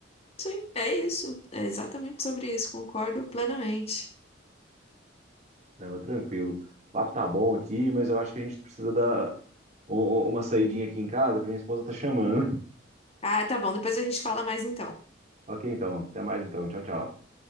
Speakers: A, on the left; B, on the right.
A: Sim, é isso. É exatamente sobre isso, concordo plenamente.
B: Né, mas tranquilo. O papo tá bom aqui, mas eu acho que a gente precisa dar u- u- uma saidinha aqui em casa, que minha esposa tá chamando. <laughs>
A: Ah, tá bom, depois a gente fala mais então.
B: Ok, então. Até mais então. Tchau, tchau.